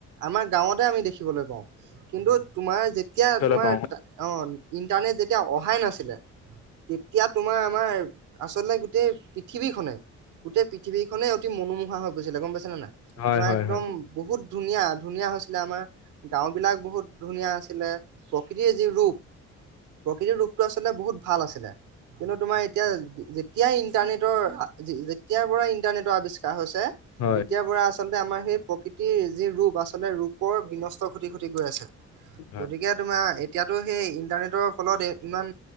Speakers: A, on the right; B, on the left.
A: আমাৰ গাঁৱতে আমি দেখিবলৈ পাওঁ, কিন্তু তোমাৰ যেতিয়া
B: দেখিবলৈ
A: তোমাৰ
B: পাওঁ
A: অ ইণ্টাৰনেট যেতিয়া অহাই নাছিলে তেতিয়া তোমাৰ আমাৰ আচলতে গোটেই টিভিখনে গোটেই থিৱীখনে অতি মনোমোহা হৈ গৈছিলে গম পাইছে নে নাই
B: হয়
A: মই
B: হয়
A: একদম
B: হয়
A: বহুত ধুনীয়া, ধুনীয়া হৈছে। আছিলে আমাৰ গাওঁ বিলাক বহুত ধুনীয়া আছে আছিলে প্ৰকৃতিৰ যি ৰূপ প্ৰকৃতিৰ ৰূপটো আচলতে বহুত ভাল আছিলে কিন্তু তোমাৰ এতিয়া যেতিয়াই ইন্টাৰনেটৰ <unintelligible> এতিয়া পৰা ইন্টাৰনেটৰ আৱিষ্কাৰ হৈছে।
B: হয়
A: তেতিয়াৰ পৰা আচলতে আমাৰ সেই প্ৰকৃতিৰ যি ৰূপ আচলতে ৰূপৰ বিনষ্ট <unintelligible> হো আছে
B: হয়
A: গতিকে তোমাৰ এতিয়াতো সেই ইণ্টাৰনেটৰ ফলদে ইমান